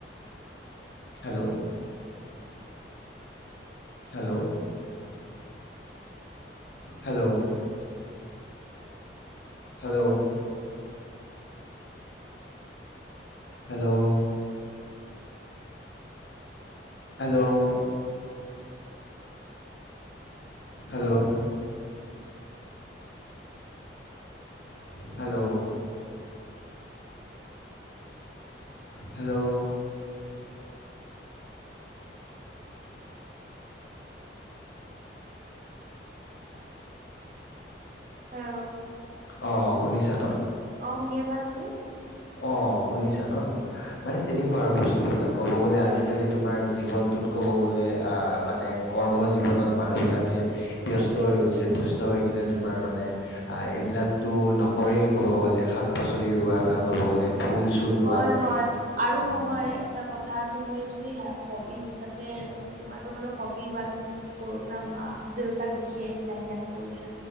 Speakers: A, on the left; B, on the right.
A: hello hello hello hello hello hello hello hello hello
B: আহ
A: অ শুনিছা ন
B: অ শুনি আছ নে তুমি
A: অঁ শুনিছা ন মানে তেনেকুৱা আৰু বস্তুবিলাক ক'ব গ'লে আজিকালি তোমাৰ জীৱনটোত ক ক'ব গলে আ মানে কৰ্ম জীৱনত মানুহ বিলাকে ব্যস্ত হৈ গৈছে ব্যস্ত হৈ কিনে তোমাৰ মানে অ এইবিলাকো নকৰে ক'ব গলে শাক পাচলি ৰোৱা বা ক'ব গ'লে ফুল চুল ৰোৱা
B: হয় হয় আৰু
A: উম
B: নহয় এটা কথা কথা তুমি যদি হবি হিচাপে মানে তোমাৰতো বাৰু হবি বা তুমি সৰুৰ পৰা মা দেউতাক দেখি আহিছা সেইকাৰণে কৰিছা